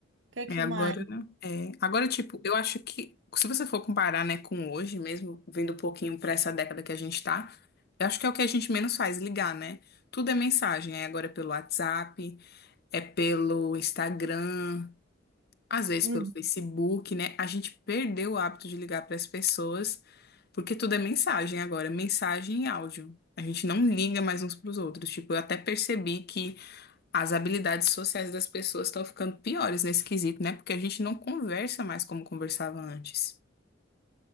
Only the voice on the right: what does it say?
que é que
mais?
Uhum.